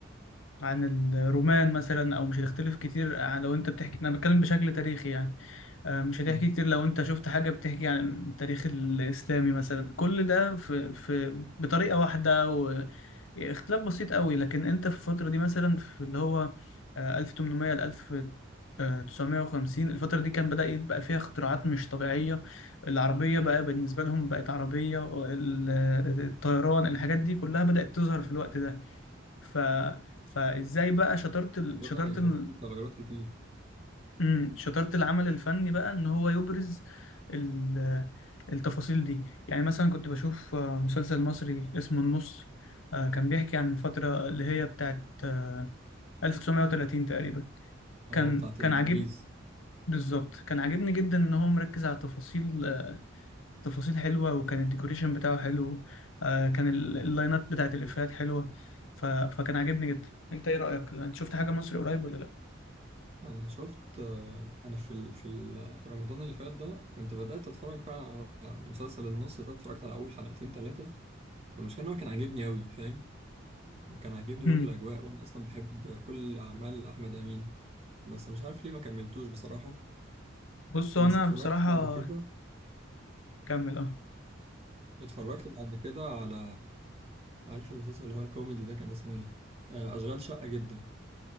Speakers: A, on the left; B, on the right.
A: عن الرومان مثلا او مش هتختلف كتير عن- لو انت بتحكي انا بتكلم بشكل تاريخي يعني آه، مش هتحكي
B: مم.
A: كتير لو انت شفت حاجة بتحكي عن التاريخ الاسلامي مثلا كل ده في في بطريقة واحدة واختلاف بسيط قوي لكن انت في الفترة دي مثلا في اللي هو آه، 1800 ل 1950 الفترة دي كان بدأ يبقى فيها اختراعات مش طبيعية العربية بقى بالنسبة لهم بقت عربية ال- الطيران الحاجات دي كلها بدأت تظهر في الوقت ده ف... فازاي بقى شطارة ال...
B: بدأ
A: شطارة
B: يبقى
A: ال...
B: فيه تغيرات كتير
A: مم، شطارة العمل الفني بقى ان هو يبرز ال... التفاصيل دي يعني مثلا كنت بشوف آه، مسلسل مصري اسمه النص آه، كان بيحكي عن الفترة اللي هي بتاعت آه، 1930 تقريبا كان
B: اه بتاعت
A: كان
B: الانجليز
A: عجيب بالظبط كان عاجبني جدا ان هو مركز على تفاصيل آه، تفاصيل حلوة وكان الديكوريشن بتاعه حلو آه، كان ال- اللاينات بتاعت الإفيهات حلوة ف... فكان عاجبني جدا انت ايه رأيك انت شفت حاجة مصري قريب ولا
B: انا شفت آه، انا في ال في ال في رمضان اللي فات ده كنت بدأت اتفرج فعلا على مسلسل النص ده اتفرجت على اول حلقتين ثلاثة والمشكلة ان هو كان عاجبني أوي فاهم كان عاجبني
A: امم
B: برضو الأجواء وأنا أصلا بحب كل أعمال أحمد أمين بس مش عارف ليه ما كملتوش بصراحة
A: بص
B: بس
A: هو انا
B: اتفرجت
A: بصراحه
B: بعد كده
A: كمل اه
B: اتفرجت بعد كده على عارف المسلسل اللي هو الكوميدي ده كان اسمه إيه؟ آه، أشغال شقة جدا